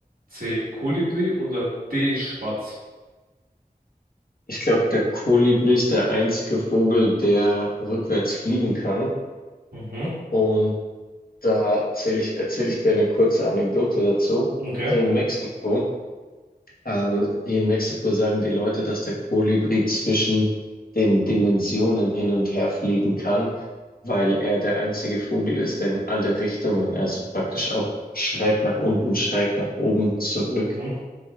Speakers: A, on the right (about 65°); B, on the left (about 70°).
A: C. Kolibri oder D. Spatz?
B: Ich glaube, der Kolibri ist der einzige Vogel, der rückwärts fliegen kann.
A: Mhm,
B: Und da erzähle ich, erzähl ich dir eine kurze Anekdote dazu.
A: okay.
B: Hier in Mexiko Ähm, hier in Mexiko sagen die Leute, dass der Kolibri zwischen den Dimensionen hin und her fliegen kann, weil er der einzige Vogel ist, der in alle Richtungen, also praktisch auch schräg nach unten, schräg nach oben zurück
A: Mhm.